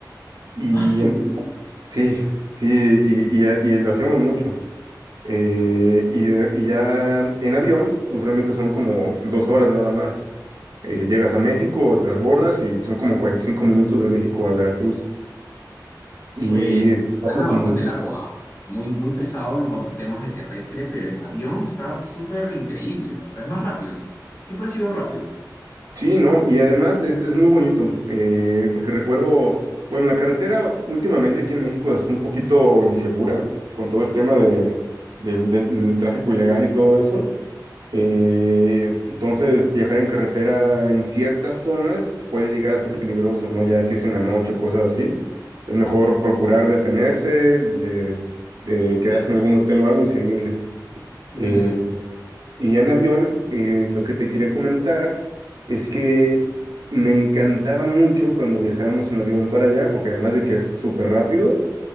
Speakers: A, on the right (about 65°); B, on the left (about 35°).
A: Y
B: su
A: en, sí, sí, y, y y lo hacíamos mucho. Eh, y, eh, y ya en avión, pues realmente son como dos horas nada más. Eh, llegas a México, transbordas y son como 45 minutos de México a Veracruz. Y
B: Pues
A: ahorras
B: suena bastante
A: mu-
B: largo, ¿ah? Muy, muy pesado en cuanto a temas de terrestre, pero en avión está súper increíble. O sea, es más rápido, ¿no? Siempre ha sido rápido.
A: sí, ¿no? Y además es, es muy bonito, eh, porque recuerdo, bueno, la carretera últimamente aquí en México es un poquito insegura con todo el tema de, del, del del tráfico ilegal y todo eso. Eh, entonces, viajar en carretera en ciertas zonas puede llegar a ser peligroso, ¿no? Ya si es en la noche o cosas así, es mejor procurar detenerse, de, de quedarse en algún hotel o algo y seguirle.
B: Mm.
A: Eh, y ya en avión, eh, lo que te quería comentar es que me encantaba mucho cuando viajábamos en avión para allá, porque además de que es súper rápido,